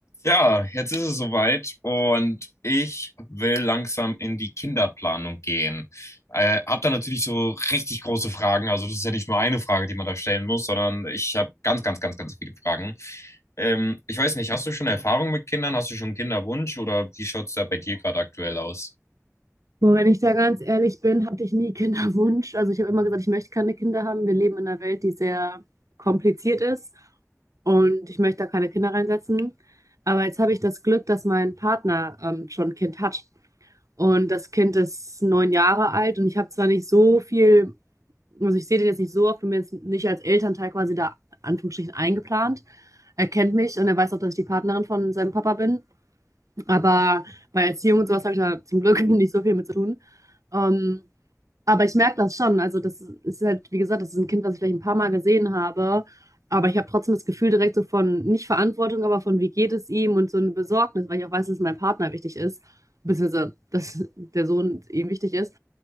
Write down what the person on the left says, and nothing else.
Ja, jetzt ist es soweit und ich will langsam in die Kinderplanung gehen. Äh, hab da natürlich so richtig große Fragen. Also das ist ja nicht nur eine Frage, die man da stellen muss, sondern ich habe ganz, ganz, ganz, ganz viele Fragen. Ähm, ich weiß nicht, hast du schon Erfahrung mit Kindern? Hast du schon einen Kinderwunsch oder wie schaut es da bei dir gerade aktuell aus?